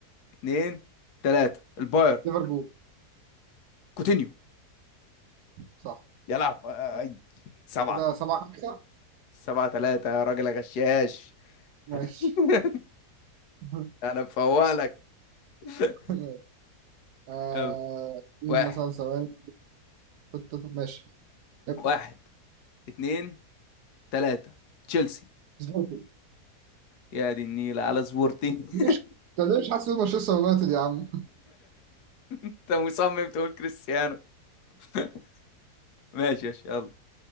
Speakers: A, on the left; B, on the right.
A: اتنين تلاتة الباير
B: ليفربول
A: كوتينيو
B: صح
A: يا لهوي
B: طب
A: آي. سبعة
B: كده سبعة خمسة
A: سبعة تلاتة يا راجل غشاش
B: ماشي
A: <laughs>
B: <laughs>
A: انا بفوق لك <laughs>
B: ماشي. آه
A: يلا.
B: مين
A: واحد
B: مثلا ثواني <laughs> ماشي ابدأ
A: واحد اتنين تلاتة تشيلسي
B: سبورتنج.
A: يا دي النيلة على سبورتي <laughs>
B: مش طب ليه مش حاسس إن مانشستر يونايتد يا عم
A: انت مصمم تقول كريستيانو <laughs> ماشي ماشي يلا